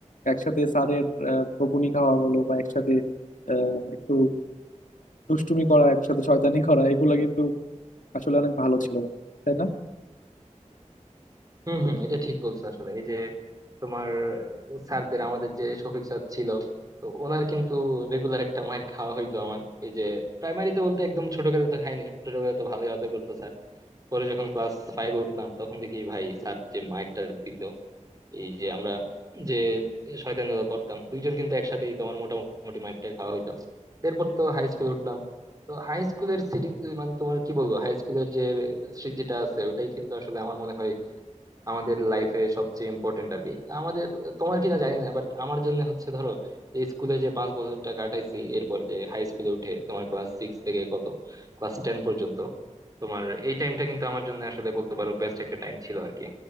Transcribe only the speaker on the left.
একসাথে স্যারের আহ, বকুনি খাওয়া বলো বা একসাথে আহ, একটু দুষ্টুমি করা একসাথে শয়তানি করা এগুলো কিন্তু আসলে অনেক ভালো ছিল তাই না